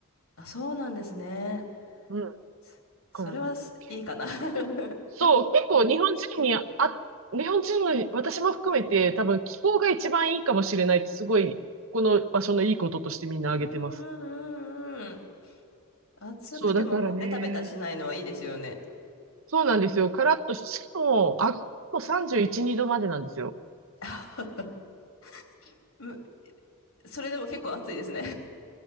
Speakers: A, on the left; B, on the right.
A: あ、そうなんですね。
B: うん。だ
A: そそれはすいいかな
B: からね結
A: <laughs>
B: そう、結構日本人にあ、日本人の私も含めて多分気候が一番いいかもしれないってすごい、この場所のいいこととしてみんな挙げてます。
A: うんうんうんうん。暑くてもこう、
B: そう、だからね。
A: ベタベタしないのはいいですよね。
B: そうなんですよ。カラッとし、しかも、あ、もう31、2度までなんですよ。
A: <laughs> むそれでも結構暑いですね